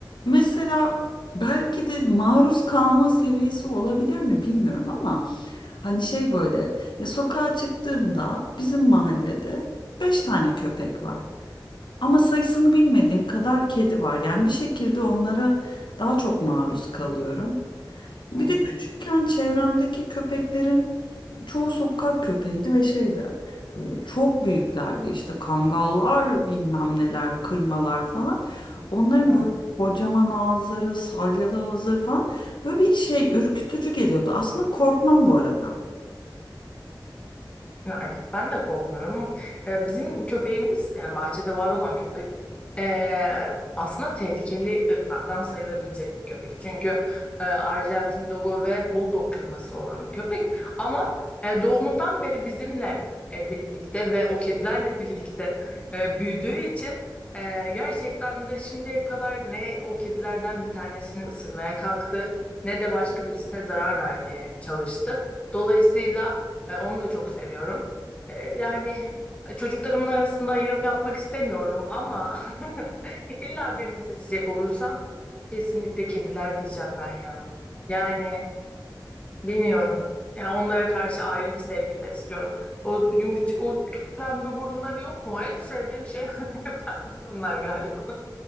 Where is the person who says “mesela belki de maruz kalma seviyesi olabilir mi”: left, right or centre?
Left